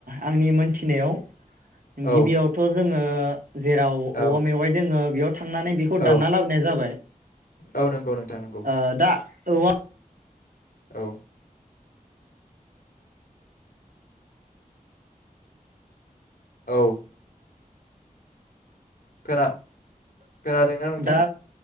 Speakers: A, on the right (about 75°); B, on the left (about 80°).
A: आंनि मोनथिनायाव
B: औ
A: गिबियावथ' जों आङो जेराव
B: औ
A: औवा मेवाइ दोङो बेयाव थांनानै बेखौ
B: औ
A: दानना लाबोनाय जाबाय ।
B: औ नंगौ नोंथां नंगौ
A: ओ दा औवा
B: औ औ फोरा <unintelligible> खोनादोंना नोंथां
A: दा